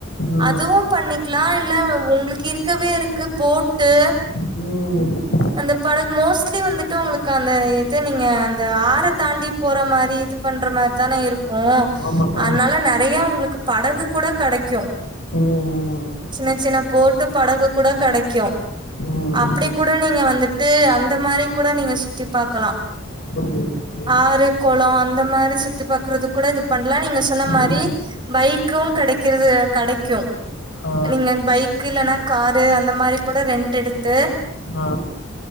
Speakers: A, on the left (about 65°); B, on the right (about 25°).
A: ம்
B: அதுவு பண்ணிக்லா இல்ல உங்ளுக்கு இருக்கவே இருக்கு போட்டு
A: ம்
B: அந்த படகு மோஸ்ட்லி வந்துட்டு உங்களுக்கு அந்த இது நீங்க அந்த ஆற தாண்டி போற மாரி இது பண்ற மாரி தானே இருக்கு
A: ஆமாக்கா
B: அத்னால நெறைய உங்ளுக்கு படகு கூட கடைக்கு
A: ம்
B: சின்ன சின்ன போட்டு படகு கூட கெடைக்கு
A: ம்
B: அப்படி கூட நீங்க வந்துட்டு அந்த மாரி கூட நீங்க சுத்தி பாக்கலா
A: புரிது புரி
B: ஆறு கொளோ அந்த மாரி சுத்தி பாக்குறது கூட இது பண்லா நீங்க சொன்ன மாரி
A: ம்
B: பைக்கு கடைக்கிறது கடைக்கு
A: ஆ
B: நீங்க பைக் இல்லனா காரு அந்த மாரி கூட ரெண்ட் எடுத்து
A: ஆ